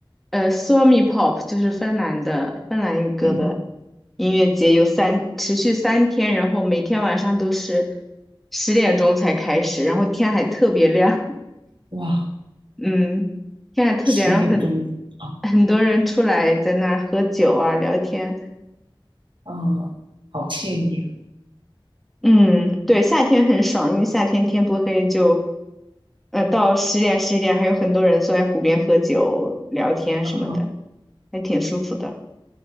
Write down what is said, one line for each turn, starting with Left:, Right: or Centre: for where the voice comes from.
Centre: 呃 Suomi Pop，就是芬兰的芬兰语歌的
Right: 嗯，
Centre: 音乐节，有三持续三天，然后每天晚上都是十点钟才开始，然后天还特别亮，
Right: 哇，
Centre: <laughs> 嗯，天还特别，
Right: 十点钟啊，
Centre: 然后很很多人出来在那儿喝酒啊、聊天。
Right: 啊，好惬意
Centre: 嗯，对，夏天很爽，因为夏天天不黑就，呃，到十点十一点还有很多人坐在湖边喝酒聊天什么的，
Right: 啊，
Centre: 还挺舒服的。